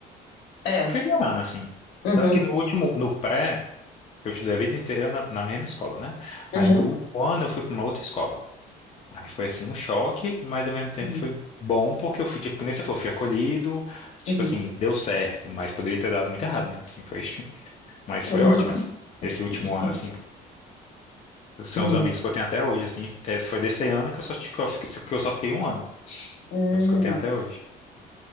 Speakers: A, on the left; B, on the left.
A: É.
B: fui virando, assim.
A: Uhum,
B: Tanto que no último, no pré, eu estudei a vida inteira na, na mesma escola, né? Aí
A: uhum,
B: no último ano eu fui para uma outra escola. Aí foi assim um choque, mas ao mesmo tempo
A: Uhum.
B: foi bom porque eu fui, tipo, que nem você falou, fui acolhido, tipo
A: uhum.
B: assim, deu certo, mas poderia ter dado muito errado, né? Assim, foi, <laughs> mas foi
A: Uhum.
B: ótimo, assim. Esse último
A: <laughs>
B: ano,
A: Sim.
B: assim, são
A: Hum.
B: os amigos que eu tenho até hoje, assim, é, foi desse ano que eu só, que eu fiquei que eu só fiquei um ano,
A: Hum.
B: é os que eu tenho até hoje.